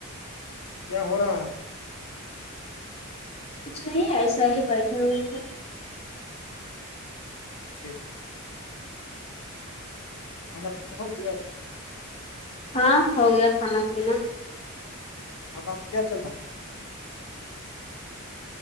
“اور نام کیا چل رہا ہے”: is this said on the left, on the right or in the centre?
Left